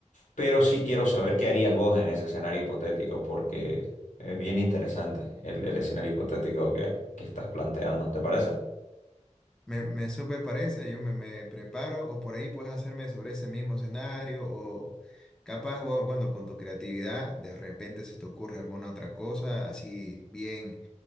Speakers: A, on the left; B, in the centre.
A: Pero sí quiero saber qué harías vos en ese escenario hipotético, porque es bien interesante el, el escenario hipotético que, que estás planteando. ¿Te parece?
B: Me, me súper parece, yo me, me preparo o por ahí puedes hacerme sobre ese mismo escenario o capaz vos, bueno, con tu creatividad de repente se te ocurre alguna otra cosa así bien